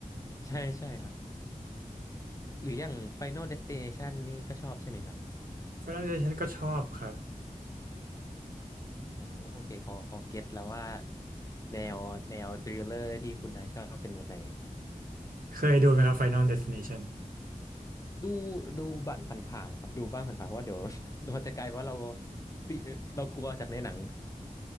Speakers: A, on the left; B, on the right.
A: ใช่ใช่ครับหรืออย่าง Final Destination นี่ก็ชอบใช่ไหมครับ
B: Final Destination ก็ชอบครับ
A: โอ้โอเคพอพอเก็ตแล้วว่าแนวแนวทริลเลอร์ที่คุณนายชอบเป็นแบบไหน
B: เคยดูไหมครับ Final Destination
A: ดูดูบ้านผ่านๆครับดูบ้างผ่านๆเพราะว่าเดี๋ยว <laughs> มันจะกลายว่าเราติเรากลัวจากในหนัง